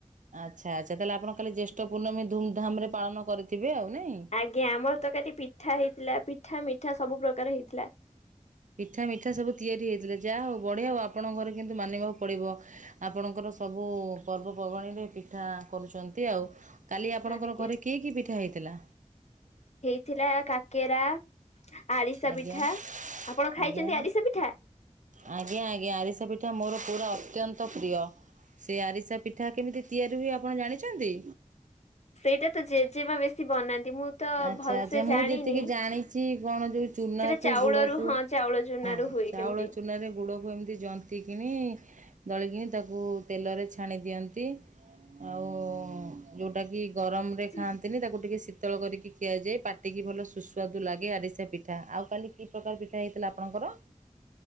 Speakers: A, on the right; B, on the left.
A: ଆଚ୍ଛା ଆଛା, ତାହେଲେ ଆପଣ ଖାଲି ଜେଷ୍ଠ ପୂର୍ଣ୍ଣମୀ ଧୁମଧାମରେ ପାଳନ କରିଥିବେ। ଆଉ ନାଇଁ?
B: ଆଜ୍ଞା ଆମର ତ କ ପିଠା ହେଇଥିଲା। ପିଠା ମିଠା ସବୁ ପ୍ରକାର ହେଇଥିଲା।
A: ପିଠା ମିଠା ସବୁ ତିଆରି ହେଇଥିଲା। ଯାହା ହଉ ବଢିଆ ହଉ ଆପଣଙ୍କ ଘରେ କିନ୍ତୁ ମାନିବାକୁ ପଡିବ। ଆପଣଙ୍କର ସବୁ ପର୍ବପର୍ବାଣୀ ପାଇଁ ପିଠା କରୁଛନ୍ତି ଆଉ। କାଲି ଆପଣଙ୍କର
B: ଆଜ୍ଞା,
A: ଘରେ କିଏ କି ପିଠା ହେଇଥିଲା?
B: ହେଇଥିଲା କାକେରା। ଆରିସା
A: ଆଜ୍ଞା
B: ପିଠା, ଆପଣ ଖାଇଛନ୍ତି
A: ଆଜ୍ଞା
B: ଆରିସା ପିଠା?
A: ଆଜ୍ଞା ଆଜ୍ଞା ଆରିସା ପିଠା ମୋର ପୁରା ଅତ୍ୟନ୍ତ ପ୍ରିୟ ସେ ଆରିସା ପିଠା କେମିତି ତିଆରି ହୁଏ ଆପଣ ଜାଣିଛନ୍ତି?
B: ସେଇଟା ତ ଜେଜେମା ବେଶୀ ବନାନ୍ତି ମୁଁ ତ
A: ଆଚ୍ଛା
B: ଭଲସେ
A: ଆଚ୍ଛା
B: ଜାଣିନି।
A: ମୁଁ ଯେତିକି ଜାଣିଛି କଣ ଯୋଉ ଚୁନାକୁ
B: ସେଟା ଚାଉଳରୁ
A: ଗୁଡକୁ
B: ହଁ ଚାଉଳ ଚୁନାରୁ
A: ହଁ,
B: ହୁଏ
A: ଚାଉଳ
B: କେମିତି
A: ଚୁନାରେ ଗୁଡକୁ ଏମିତି ଜନ୍ତି କିଣି ଦଳିକିନି ତାକୁ ତେଲରେ ଛାଣି ଦିଅନ୍ତି ଆଉ ଯେଉଁଟାକି ଗରମରେ ଖାନ୍ତିିନି
B: ଆଉ
A: ତାକୁ ଟିକେ ଶୀତଳ କରିକି ଖିଆଯାଏ। ପାଟିକି ଭଲ ସୁସ୍ୱାଦୁ ଲାଗେ ଆରିସା ପିଠା ଆଉ କାଲି କି ପ୍ରକାର ପିଠା ହେଇଥିଲା? ଆପଣ ତାଙ୍କର